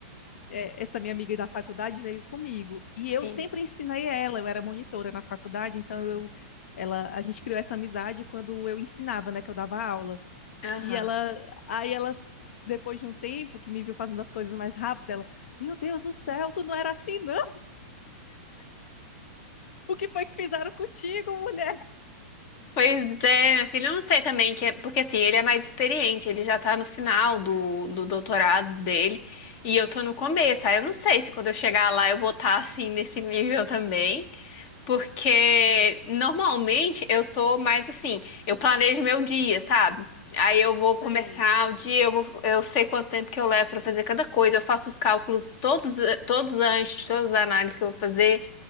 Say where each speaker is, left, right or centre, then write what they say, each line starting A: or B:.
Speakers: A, on the left (about 65°); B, on the left (about 25°).
A: eh, essa minha amiga da faculdade veio comigo. E
B: Sim.
A: eu sempre ensinei ela, eu era monitora na faculdade, então eu, ela, a gente criou essa amizade quando eu ensinava, né, que eu dava aula.
B: Aham.
A: E ela, aí ela, depois de um tempo que me viu fazendo as coisas mais rápido, ela, meu Deus do céu, tu não era assim, não. O que foi que fizeram contigo, mulher?
B: Pois é, minha filha, eu não sei também, que é, porque assim, ele é mais experiente, ele já tá no final do, do doutorado dele, e eu tô no começo, aí eu não sei se quando eu chegar lá eu vou estar assim, nesse nível também. Porque normalmente eu sou mais assim, eu planejo meu dia, sabe? Aí eu vou começar
A: Sei.
B: o dia, eu vou- eu sei quanto tempo que eu levo pra fazer cada coisa, eu faço os cálculos todos, todos antes, de todas as análises que eu vou fazer.